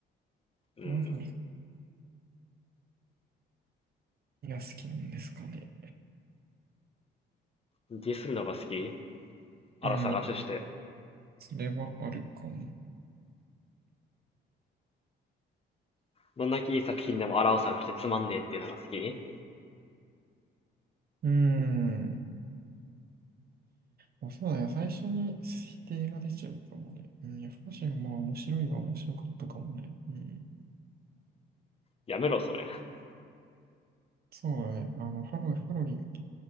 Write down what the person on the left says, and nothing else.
うん。
ディスるのが好きあら探しして。
どんだけいい作品でもあらを探してつまんねえっていうのが好き
やめろ、それ。<laughs>